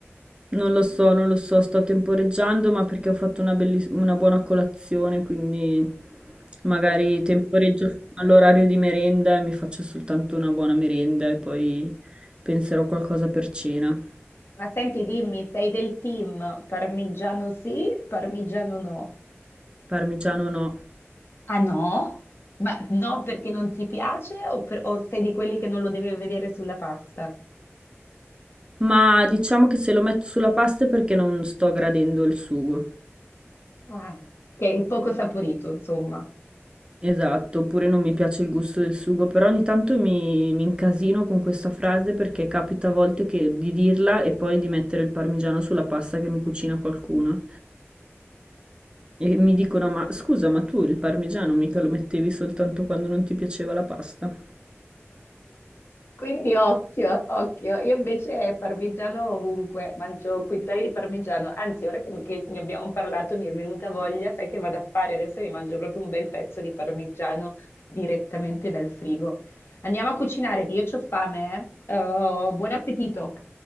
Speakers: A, on the right; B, on the left.
A: Non lo so, non lo so, sto temporeggiando, ma perché ho fatto una, belliss- una buona colazione, quindi magari
B: Ok.
A: temporeggio fino all'orario di merenda e mi faccio soltanto una buona merenda e poi penserò qualcosa per cena.
B: Ma senti, dimmi, sei del team parmigiano sì, parmigiano no?
A: Parmigiano no.
B: Ah no? Ma no perché non ti piace o, per- o sei di quelli che non lo deve vedere sulla pasta?
A: Ma diciamo che se lo metto sulla pasta è perché non sto gradendo il sugo.
B: Ah, che è poco saporito, insomma.
A: Esatto, oppure non mi piace il gusto del sugo, però ogni tanto mi, mi incasino con questa frase perché capita a volte che- di dirla e poi di mettere il parmigiano sulla pasta che mi cucina qualcuno. E mi dicono, ma scusa, ma tu il parmigiano mica lo mettevi soltanto quando non ti piaceva la pasta.
B: Quindi occhio, occhio. Io invece parmigiano ovunque, mangio quintali di parmigiano. Anzi, ora che, che ne abbiamo parlato mi è venuta voglia, sai che vado a fare? Adesso mi mangio proprio un bel pezzo di parmigiano direttamente dal frigo. Andiamo a cucinare, che io ho fame, eh. Oh, buon appetito.